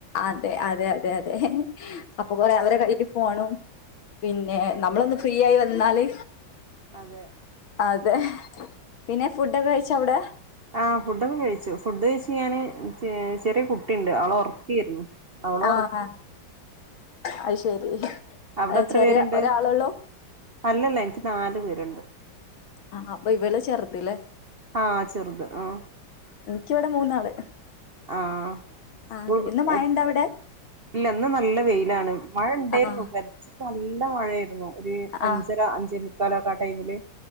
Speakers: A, on the left (about 80°); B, on the right (about 45°).
A: അതെ അതെ അതെ അതെ അപ്പൊ കൊറേ അവരെ കയ്യി ഫോണു പിന്നെ
B: ആഹ്
A: നമ്മളൊന്ന് ഫ്രീ ആയി വന്നാല്
B: അതെ
A: അതെ പിന്നെ ഫുഡൊക്കെ കഴിച്ചോ അവിടെ
B: ആ ഫുഡൊക്കെ കഴിച്ചു ഫുഡ് കഴിച്ച് ഞാന് ചെറിയ കുട്ടിയുണ്ട് അവളെ ഉറക്കിയിരുന്നു അവൾ
A: ആഹ്
B: ഉറക്കി
A: അത് ശെരി
B: അവിടെ എത്ര
A: ചെറിയ
B: പേരുണ്ട്
A: ഒരാളൊള്ളൂ
B: അല്ലല്ല എനിക്ക് നാലു പേരുണ്ട്
A: ആഹ അപ്പൊ ഇവള്ചെറുതല്ലേ
B: ആഹ ചെറുത് ആഹ
A: എനിക്കിവിടെ മൂന്നാള്
B: ആഹ സ്കൂൾ
A: ആഹ് അതെ
B: പോയി
A: ഇന്ന് മഴ
B: എ
A: ഇണ്ട അവിടെ
B: ഇല്ലന്ന് നല്ല വെയിലാണ് മഴ ഉണ്ടായിരുന്നു
A: ആഹ്
B: പെൽച്ച നല്ല മഴ ആയിരുന്നു ഒരു അഞ്ചര
A: ആഹ്
B: അഞ്ചോ മുക്കാലൊക്കെ ആ ടൈമില്